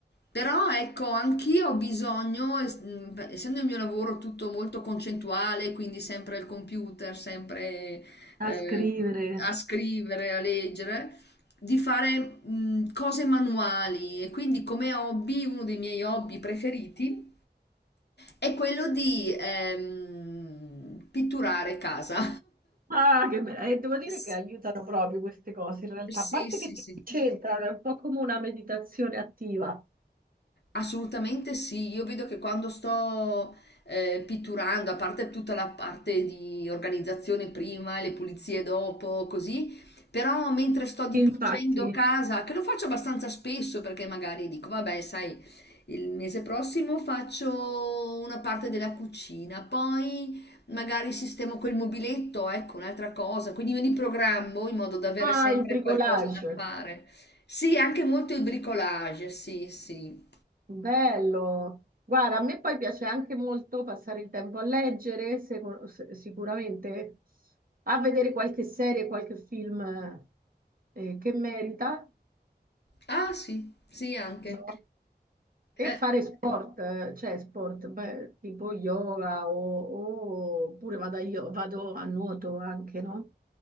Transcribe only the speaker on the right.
a scrivere.
Ah, che meraviglia. E devo dire
che aiutano proprio queste cose, in realtà,
a parte
che ci
c'entrano, è un po' come una meditazione attiva.
Infatti.
Ah,
il bricolage,
bello. Guarda, a me poi piace anche molto passare il tempo a leggere, secu- s- sicuramente, a vedere qualche serie, qualche film eh, eh, che merita,
no? E
fare sport, eh, cioè sport, beh, tipo yoga o, oppure vado a, io- vado a nuoto anche, no?